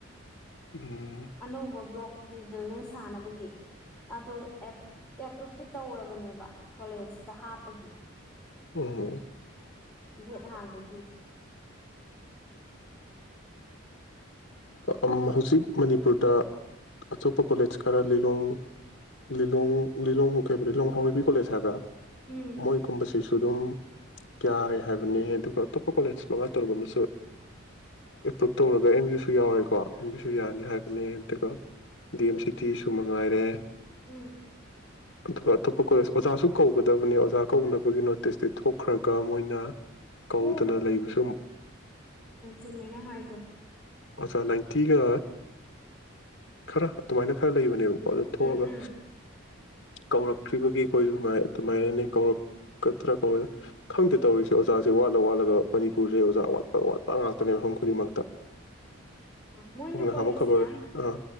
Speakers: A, on the left (about 55°); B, in the centre.
A: ꯎꯝ
B: ꯑꯅꯣꯕꯕ꯭ꯂꯣ ꯒꯤ ꯕꯤꯜꯗꯤꯡ ꯁꯥꯟꯅꯕꯒꯤ ꯑꯗꯨ ꯑꯦꯄ꯭ꯔꯨꯨꯞꯇꯤ ꯇꯧꯔꯕꯅꯦꯕ ꯀꯣꯂꯦꯖꯁꯤꯗ ꯍꯥꯞꯄꯒꯤ
A: ꯑꯣ
B: ꯌꯦꯗꯍꯥꯡꯕꯒ
A: ꯑ ꯍꯧꯖꯤꯛ ꯃꯅꯤꯄꯨꯔꯗ ꯑꯆꯣꯞꯄ ꯀꯣꯂꯦꯖ ꯈꯔ ꯂꯤꯂꯣꯡ ꯂꯤꯂꯣꯡ ꯂꯤꯂꯣꯡ ꯀ ꯂꯤꯂꯣꯡ ꯍꯥꯎꯔꯩꯕꯤ ꯀꯣꯂꯦꯖ ꯍꯥꯏꯕ꯭ꯔꯥ
B: ꯎꯝ
A: ꯃꯣꯏ ꯀꯨꯝꯕꯥꯁꯤꯁ ꯁꯨ ꯑꯗꯨꯝ ꯌꯥꯔꯦ ꯍꯥꯏꯕꯅꯤ ꯑꯗꯨꯒ ꯑꯇꯣꯞꯄ ꯀꯣꯂꯦꯖ ꯃꯉꯥ ꯇꯧꯔꯒꯨꯝ ꯑꯃꯁꯁꯨ ꯑꯦꯄ꯭ꯔꯨꯞ ꯇꯧꯔꯒ ꯑꯦꯝ ꯕꯤꯁꯨ ꯌꯥꯎꯔꯦꯀꯣ ꯑꯦꯝ ꯕꯤꯁꯨ ꯌꯥꯅꯤ ꯍꯥꯏꯕꯅꯦ ꯑꯗꯨꯒ ꯗꯤ ꯑꯦꯝ ꯁꯤꯇꯤꯁꯨ ꯃꯉꯥꯏꯔꯦ
B: ꯎꯝ
A: ꯑꯗꯨꯒ ꯑꯇꯣꯞꯄ ꯀꯣꯂꯦꯖ ꯑꯣꯖꯥꯁꯨ ꯀꯧꯒꯗꯕꯅꯤ ꯑꯣꯖꯥ ꯀꯧꯅꯕꯒꯤ ꯅꯣꯇꯤꯁꯇꯤ ꯊꯣꯛꯈ꯭ꯔꯒ ꯀꯅ ꯀꯧꯗꯅ
B: ꯍꯣ
A: ꯂꯩꯕꯁꯨ
B: ꯇꯨꯝꯃꯦꯅ ꯍꯥꯏꯗ
A: ꯑꯣꯖꯥ ꯅꯥꯏꯟꯇꯤꯒ ꯈꯔ ꯑꯗꯨꯃꯥꯏꯅ ꯈꯔ ꯂꯩꯕꯅꯦꯕ ꯑꯗꯨ ꯑꯗꯨ ꯊꯣꯛꯑꯒ
B: ꯎꯝ ꯎꯝ
A: ꯀꯧꯔꯛꯇ꯭ꯔꯤꯕꯒꯤ ꯑꯩꯈꯣꯏꯁꯨꯥꯏ ꯑꯗꯨꯃꯥꯏꯅꯅꯤ ꯀꯧꯔꯛꯀꯗ꯭ꯔꯥ ꯀꯧꯔ ꯈꯪꯗꯦ ꯇꯧꯔꯤꯁꯦ ꯑꯣꯖꯥꯁꯦ ꯋꯥꯠꯂ ꯋꯥꯠꯂꯒ ꯃꯅꯤꯄꯨꯔꯁꯦ ꯑꯣꯖꯥ ꯋꯥꯠꯄ ꯋꯥꯠꯄ ꯉꯥꯛꯇ ꯈꯛꯇꯅꯦ ꯃꯐꯝ ꯈꯨꯗꯤꯡꯃꯛꯇ
B: ꯃꯣꯏꯅ
A: ꯅꯍꯥꯟꯃꯨꯛ
B: ꯀꯣꯂꯦꯖ
A: ꯈꯕꯔ
B: ꯃꯌꯥꯝ
A: ꯑꯥ